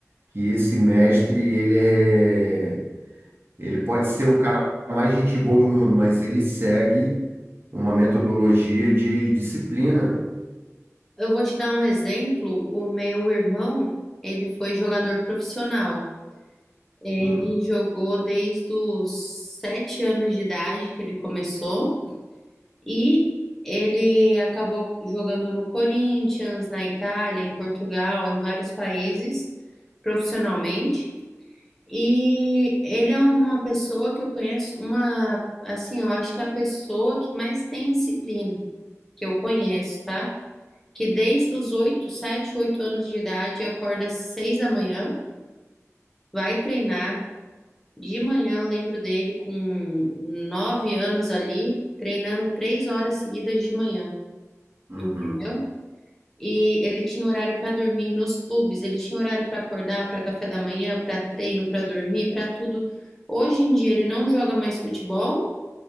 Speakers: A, on the right; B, in the centre.
A: que esse mestre, ele é, ele pode ser o cara mais gente boa do mundo, mas ele segue uma metodologia de disciplina.
B: Eu vou te dar um exemplo. O meu irmão, ele foi jogador profissional. Ele
A: Hum,
B: jogou desde os sete anos de idade que ele começou e ele acabou jogando no Corinthians, na Itália, em Portugal, em vários países profissionalmente. E ele é uma pessoa que eu conheço, uma, assim, eu acho que é a pessoa que mais tem disciplina que eu conheço, tá? Que desde os 8, 7, 8 anos de idade acorda às 6 da manhã, vai treinar. De manhã eu lembro dele com 9 anos ali, treinando 3 horas seguidas de manhã,
A: uhum.
B: entendeu? E ele tinha horário para dormir nos clubes, ele tinha horário para acordar, para café da manhã, para treino, para dormir, para tudo. Hoje em dia ele não joga mais futebol,